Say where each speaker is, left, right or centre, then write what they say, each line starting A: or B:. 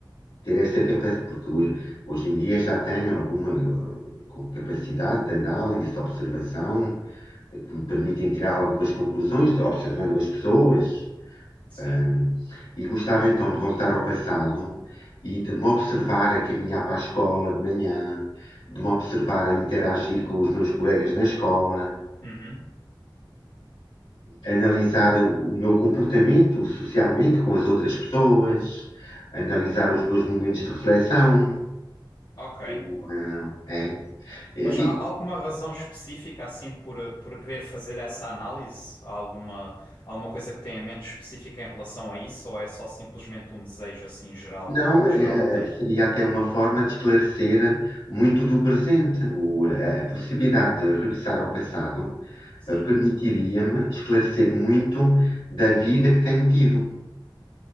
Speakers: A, on the left; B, on the left.
A: Ter essa capacidade, porque ho- hoje em dia já tenho alguma eh, co- capacidade de análise, de observação, eh, que me permitem tirar algumas conclusões de- observando as pessoas.
B: Sim.
A: Ahm, e gostava então de voltar ao passado e de me observar a caminhar para a escola de manhã, de me observar a interagir com os meus colegas na escola,
B: Uhum.
A: analisar o o meu comportamento socialmente com as outras pessoas, analisar os meus momentos de reflexão.
B: Ok.
A: o, ah, é. É,
B: Mas
A: e
B: há alguma razão específica, assim, por, por querer fazer essa análise? Há alguma, alguma coisa que tem em mente específica em relação a isso? Ou é só simplesmente um desejo, assim, geral,
A: não, é,
B: geral que tem?
A: é, seria até uma forma de esclarecer muito do presente, o, a a possibilidade de regressar ao passado
B: Sim.
A: eh, permitiria-me esclarecer muito da vida que tenho tido.